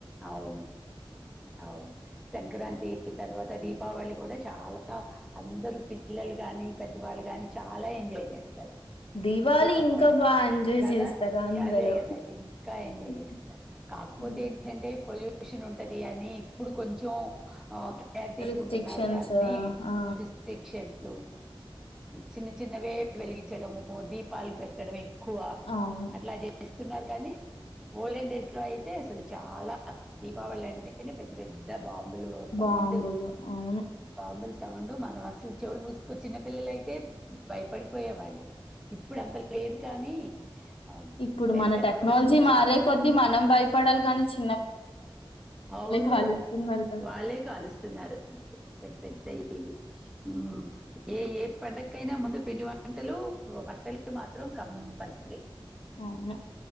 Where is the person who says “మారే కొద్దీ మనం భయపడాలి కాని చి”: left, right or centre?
Left